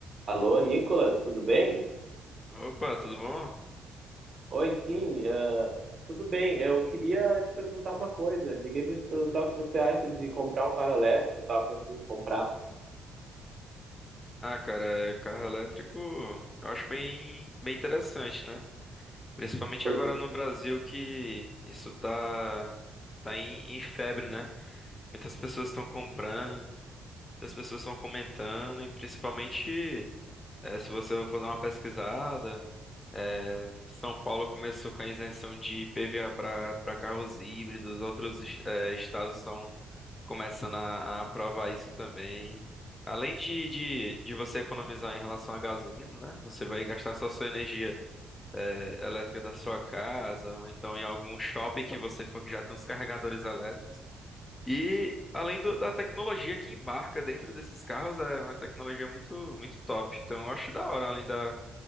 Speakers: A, on the right; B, on the left.
A: Alô, Nicolas, tudo bem?
B: Opa, tudo bom?
A: Oi, sim, ah, tudo bem. Eu queria te perguntar uma coisa. Liguei para te perguntar o que você acha de comprar um carro elétrico. Eu Tava pensando em comprar.
B: Ah, cara, é, carro elétrico eu acho bem, bem interessante, né? Principalmente
A: Pois
B: agora
A: é.
B: no Brasil que isso tá, tá em, em febre, né? Muitas pessoas estão comprando, muitas pessoas estão comentando e principalmente é, se você for dar uma pesquisada, é, São Paulo começou com a isenção de IPVA para para carros híbridos, outros es- é, estados estão começando a, a aprovar isso também. Além de, de, de você economizar em relação à gasolina, né? Você vai gastar só sua energia é, elétrica da sua casa, ou então em algum shopping que você for que já tem os carregadores elétricos. E além do- da tecnologia que embarca dentro desses carros, é uma tecnologia muito, muito top. Então eu acho da hora, além da,